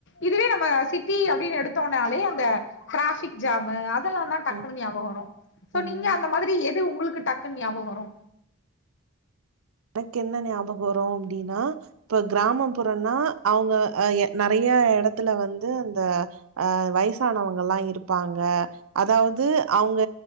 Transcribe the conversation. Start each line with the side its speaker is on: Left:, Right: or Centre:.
Left: இதுவே நம்ம சிட்டி அப்படின்னு எடுத்தோம்னாலே அந்த டிராபிக் ஜாம்மு அது ல்லா தா டக்குனு
Right: ம்
Left: ஞாபகம்வரும் சோ
Right: ம்
Left: நீங்க அந்த மாரி எது உங்களுக் டக்குன்ன ஞாபகோ வரு
Right: எனக்கு என்ன ஞாபகோவருனா அப்படின்னா இப்ப கிராமப்புறோன்னா அவங்க நெறைய எடத்துல வந்து அந்த ஆ வயசானவங்கல்லா இருப்பாங்க அதாவது அவங்க